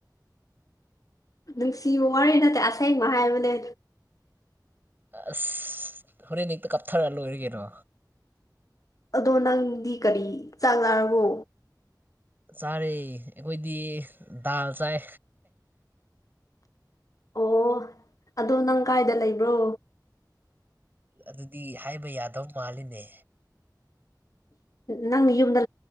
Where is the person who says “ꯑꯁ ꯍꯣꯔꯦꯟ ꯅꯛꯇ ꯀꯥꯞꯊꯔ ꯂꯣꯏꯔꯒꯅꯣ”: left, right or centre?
Right